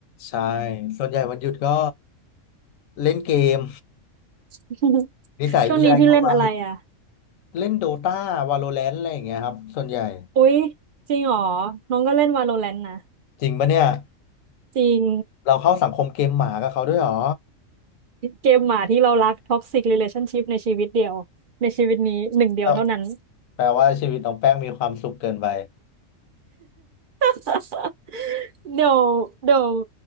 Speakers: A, on the left; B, on the right.
A: ใช่ส่วนใหญ่วันหยุดก็เล่นเกม
B: <laughs>
A: <laughs> นิสัยผู้ชายเข้าไป
B: ช่วงนี้พี่เล่นอะไรอ่ะ
A: เล่นโดตาวาโลแรนต์อะไรอย่างเงี้ยครับส่วนใหญ่
B: อุ๊ยจริงเหรอน้องก็เล่น Valorant นะ
A: จริงปะเนี่ย
B: จริง
A: เราเข้าสังคมเกมหมากับเขาด้วยเหรอ
B: เกมหมาที่เรารัก Toxic Relationship ในชีวิตเดียวในชีวิตนี้หนึ่งเดียวเท่านั้น
A: ก็แปลว่าชีวิตน้องแป้งมีความสุขเกินไป
B: <laughs> เดี๋ยวเดี๋ยว